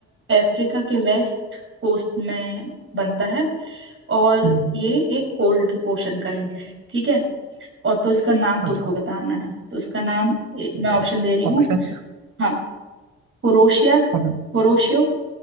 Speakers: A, on the right; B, on the right.
A: अफ्रीका के वेस्ट कोस्ट में बनता है और
B: हम्म,
A: ये एक कोल्ड ओशन करंट है ठीक है और तो इसका नाम
B: अच्छा
A: तुमको बताना है तो इसका नाम ए,
B: ठीक
A: मैं ऑप्शन
B: है
A: दे रही हूँ
B: ऑप्शन
A: हाँ कुरोशिया
B: ओके
A: कुरोशियो